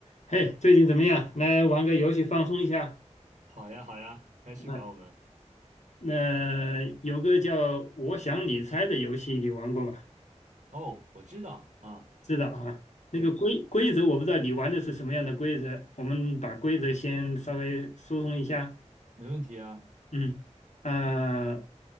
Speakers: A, on the left; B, on the right.
A: 嘿，最近怎么样？来玩个游戏放松一下。
B: 好呀，好呀，开始吧，
A: 嗯，
B: 我们。
A: 那、有个叫“我想你猜”的游戏，你玩过吗？
B: 哦，我知道啊，
A: 知道啊。那个规规则我不知道你玩的是什么样的规则，
B: 对，
A: 我们把规则先稍微疏通一下。
B: 没问题啊，
A: 嗯，啊，